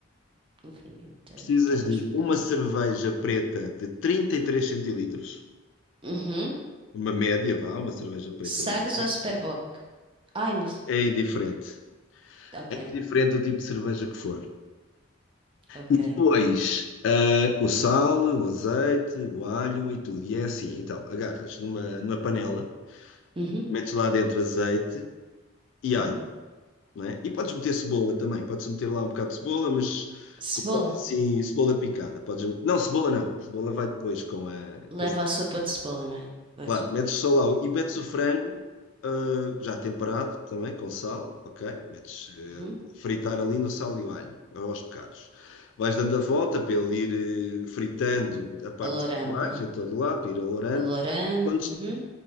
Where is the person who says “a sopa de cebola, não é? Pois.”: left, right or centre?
Right